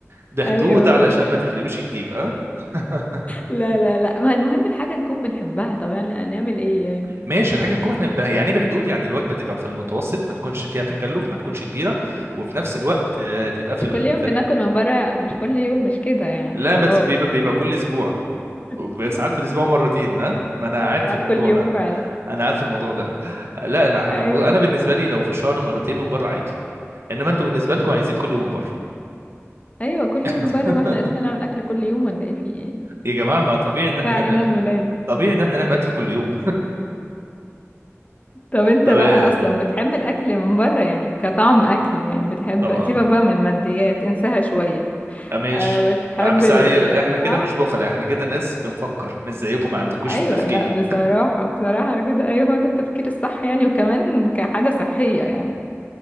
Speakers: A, on the right; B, on the left.
A: بحدود
B: <laughs> ايوه
A: علشان ما تخربيش الجيب اه <laughs>
B: لا لا لا ما المهم الحاجه نكون بنحبها طب يعني هنعمل ايه يعني
A: ماشي الحاجه نكون احنا ب... يعني ايه بحدود يعني الوجبه تبقى في المتوسط ما تكونش فيها تكلف ما تكونش كبيره وفي نفس الوقت آه، تبقى في,
B: مش
A: ال...
B: كل يوم
A: في...
B: بناكل من بره مش كل يوم مش كده يعني
A: لا
B: خلاص
A: بس بيبقى بيبقى كل اسبوع
B: <laughs>
A: ساعات في الاسبوع مرتين ها ما انا عارف
B: ساعات
A: الموضوع
B: كل يوم
A: ده
B: فعلا
A: انا عارف الموضوع ده لا لا احنا
B: ايوه
A: الموضوع انا بالنسبه لي لو في الشهر مرتين من بره عادي انما انتوا بالنسبه لكم عايزين كل يوم من بره
B: ايوه كل يوم
A: <laughs>
B: من بره بقى احنا لسه هنعمل اكل كل يوم ولا ايه في ايه
A: يا جماعه ما طبيعي ان احنا
B: ما
A: نعمل
B: علينا
A: اكل
B: الولاد
A: طبيعي ان احنا نعمل اكل كل يوم
B: طب انت
A: طب-
B: بقى اصلا بتحب الاكل من بره يعني كطعم اكل يعني بتحب
A: طبعا
B: سيبك بقى من الماديات انساها شوية
A: آه، ماشي
B: أه بتحب
A: آه، بس
B: ال-
A: احنا
B: الطعم
A: كده مش بخل احنا كده ناس بنفكر مش زيكم ما عندكوش
B: ايوه
A: تفكير
B: لا بصراحة بصراحة كده ايوه هو ده التفكير الصح يعني وكمان كحاجة صحية يعني